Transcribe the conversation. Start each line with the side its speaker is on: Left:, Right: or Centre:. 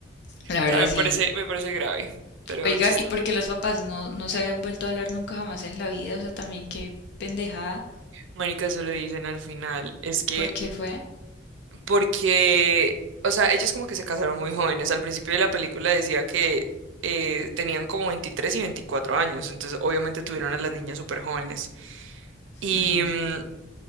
Left: La verdad,
Right: sea, me
Left: sí.
Right: parece, me parece grave, pero
Left: Oiga,
Right: chistoso.
Left: ¿y por qué los papás no, no se habían vuelto a hablar nunca jamás en la vida? O sea, también qué pendejada.
Right: Marica, eso lo dicen al final, es que
Left: ¿Por qué fue?
Right: porque, o sea, ellos como que se casaron muy jóvenes. Al principio de la película decía que eh, tenían como 23 y 24 años, entonces obviamente tuvieron a las niñas súper jóvenes. Y,
Left: Mm.
Right: mm,